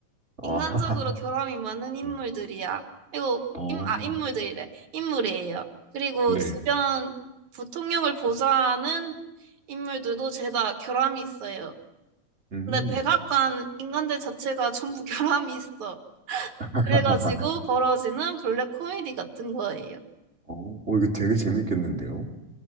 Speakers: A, on the right; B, on the right.
A: 아,
B: 인간적으로 결함이 많은 인물들이야.
A: <laughs> 네.
B: 그리고
A: 어,
B: 인, 아, 인물들이래. 인물이에요. 그리고
A: 네.
B: 주변 부통령을 보좌하는 인물들도 죄다 결함이 있어요.
A: 음.
B: 근데 백악관 인간들 자체가 전부 <laughs> 결함이 있어.
A: <laughs>
B: 그래가지고 벌어지는 블랙 코미디 같은 거예요.
A: 어, 어, 이거 되게 재밌겠는데요?